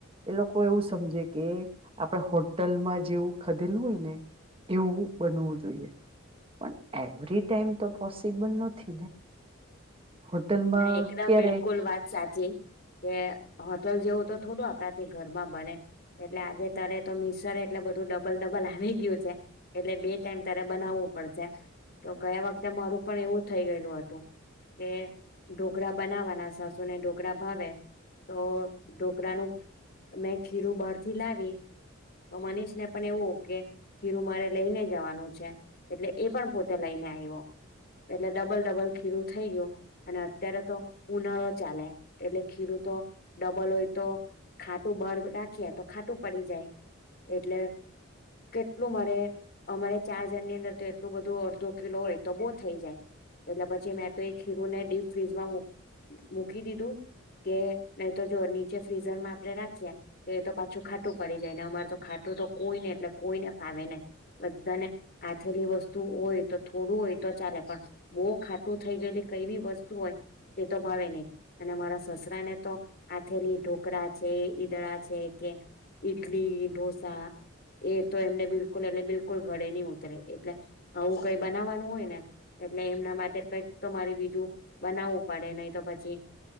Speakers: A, on the right; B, on the left.
A: એ લોકો એવું સમજે કે આપણે હોટલમાં જેવું ખાધેલું હોય ને એવું બનવું જોઈએ. પણ એવરી ટાઈમ તો પોસીબલ નથી ને? હોટલમાં
B: ના એકદમ
A: ક્યારે
B: બિલકુલ વાત સાચી, કે હોટલ જેવું તો થોડું આપડાથી ઘરમાં બને. એટલે આજે તારે તો મિસળ એટલે બધું ડબલ-ડબલ આવી ગયું છે, એટલે બે ટાઈમ તારે બનાવવું પડશે. તો ગયા વખતે મારું પણ એવું થઈ ગયેલું હતું, કે ઢોકળા બનાવવાના, સાસુને ઢોકળા ભાવે, તો ઢોકળાનું મેં ખીરું બહારથી લાવી, તો મનીષને પણ એવું કે ખીરું મારે લઈને જવાનું છે, એટલે એ પણ પોતે લઈને આયવો, એટલે ડબલ-ડબલ ખીરું થઈ ગયું. અને અત્યારે તો ઉનાળો ચાલે, એટલે ખીરું તો ડબલ હોય તો ખાટું બાર રાખીએ તો ખાટું પડી જાય, એટલે કેટલું મારે અમારે ચાર જણની અંદર તો એટલું બધું અડધો કિલો હોય તો બહુ થઈ જાય. એટલે પછી મેં તો એક ખીરું ને ડીપ ફ્રીઝમાં મૂક મૂકી દીધું, કે નહીં તો જો નીચે ફ્રીઝર માં આપડે રાખીએ, તો એ તો પાછું ખાટું પડી જાય, ને અમારે તો ખાટું તો કોઈને એટલે કોઈને ભાવે નહીં. બધાને આથેલી વસ્તુ હોય તો થોડું હોય તો ચાલે, પણ બહુ ખાટું થઈ ગયેલી કઈ બી વસ્તુ હોય એ તો ભાવે નહીં, અને મારા સસરાને તો આથેલી ઢોકળા છે, ઈદડા છે કે ઈડલી, ઢોસા એ તો એમને બિલકુલ એટલે બિલકુલ ગળે નહી ઉતરે, એટલે આવું કઈ બનાવવાનું હોય ને એટલે એમના માટે કંઈક તો મારી બીજું બનાવવું પડે, નહી તો પછી